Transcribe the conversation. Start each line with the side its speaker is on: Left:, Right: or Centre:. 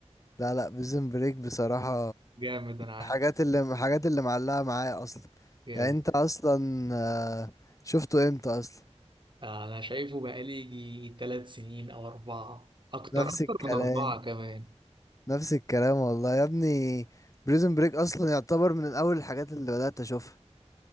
Left: لا لا بريزن بريك بصراحة
Right: جامد انا عارف
Left: الحاجات اللي الحاجات اللي معلقة معايا اصلا
Right: جامد
Left: يعني انت اصلا آه، شفته امتى اصلا
Right: انا شايفه بقالي يجي تلات سنين او اربعة اكتر
Left: نفس
Right: اكتر
Left: الكلام
Right: من اربعة كمان
Left: نفس الكلام والله يا ابني بريزن بريك اصلا يعتبر من اول الحاجات اللي بدأت اشوفها